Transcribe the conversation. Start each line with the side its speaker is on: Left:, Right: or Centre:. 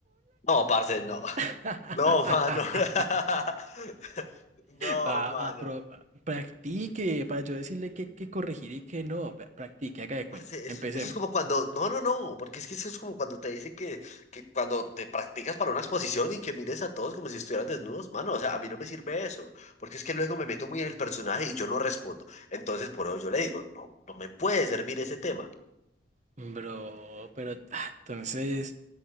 Left: No, parce, no.
Right: <laughs>
Left: No, mano. <laughs> No,
Right: Pa-
Left: mano.
Right: a pro- practique, para yo decirle que, que corregir y que no. pa- Practique, haga de cuenta.
Left: Parce,
Right: Empecemos.
Left: Eso, eso es como cuando, no, no, no, porque es que eso es como cuando te dicen que, que cuando te practicas para una exposición y que mires a todos como si estuvieran desnudos, mano, o sea, a mí no me sirve eso, porque es que luego me meto muy en el personaje y yo no respondo. Entonces, por eso yo le digo, no, no me puede servir ese tema.
Right: Bro, pero ah, entonces.